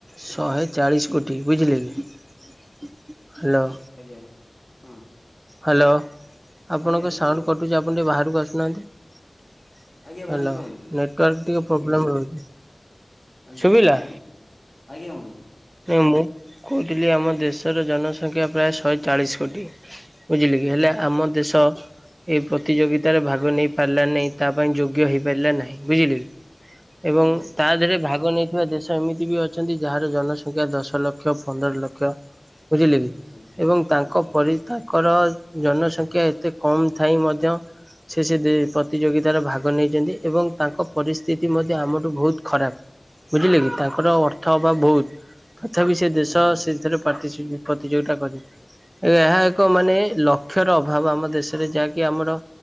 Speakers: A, on the right; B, on the left.
A: ଶହେ ଚାଳିଶ କୋଟି ବୁଝିଲେ କି ହ୍ୟାଲୋ
B: ଆଜ୍ଞା ହଁ
A: ହ୍ୟାଲୋ ଆପଣଙ୍କ
B: ଆଜ୍ଞା କୁହନ୍ତୁ
A: ସାଉଣ୍ଡ
B: ବନ୍ଧୁ।
A: କଟୁଛି ଆପଣ ଟିକିେ ବାହାରକୁ ଆସୁନାହାନ୍ତି ହ୍ୟାଲୋ
B: ଆଜ୍ଞା ବନ୍ଧୁ କୁହନ୍ତୁ
A: ନେଟୱାର୍କ ଟିକେ ପ୍ରୋବ୍ଲେମ୍
B: ଆଜ୍ଞା
A: ରହୁଛି
B: ଆଜ୍ଞା
A: ଶୁଭିଲା
B: ବନ୍ଧୁ କୁହନ୍ତୁ ଆଜ୍ଞା ବନ୍ଧୁ
A: ମୁଁ କହୁଥିଲି ଆମ ଦେଶର ଜନସଂଖ୍ୟା ପ୍ରାୟ ଶହେ ଚାଳିଶ କୋଟି ବୁଝିଲେ
B: ଆଜ୍ଞା
A: କି ହେଲେ ଆମ ଦେଶ ଏ ପ୍ରତିଯୋଗିତାରେ ଭାଗ ନେଇ ପାରିଲା ନାହିଁ ତା ପାଇଁ ଯୋଗ୍ୟ ହେଇପାରିଲା ନାହିଁ ବୁଝିଲେ କି ଏବଂ
B: ଆଜ୍ଞା
A: ତା ଦେହରେ ଭାଗ ନେଇଥିବା ଦେଶ ଏମିତି ବି ଅଛନ୍ତି ଯାହା ଜନସଂଖ୍ୟା ଦଶ ଲକ୍ଷ ପନ୍ଦର ଲକ୍ଷ ବୁଝିଲେ କି
B: ଆଜ୍ଞା
A: ଏବଂ ତାଙ୍କ
B: ଆଜ୍ଞା
A: ପରି ଙ୍କର ଜନସଂଖ୍ୟା ଏତେ କମ୍ ଥାଇ ମଧ୍ୟ ସେ ସେ ପ୍ରତିଯୋଗିତାରେ ଭାଗ ନେଇଛନ୍ତି ଏବଂ ତାଙ୍କ ପରିସ୍ଥିତି ମଧ୍ୟ ଆମଠୁ ବହୁତ ଖରାପ। ବୁଝିଲେ କି ତାଙ୍କର ଅର୍ଥ ଅଭାବ
B: ଆ-
A: ବହୁତ ତଥାପି ସେ ଦେଶ
B: ଆଜ୍ଞା
A: ସେଥି ପ୍ରତିସୁଧି ପ୍ରତିଯୋଗିତା କରି ଏହା ଏକ ମାନେ ଲକ୍ଷ୍ୟର ଅଭାବ ଆମ ଦେଶରେ ଯାହାକି ଆମର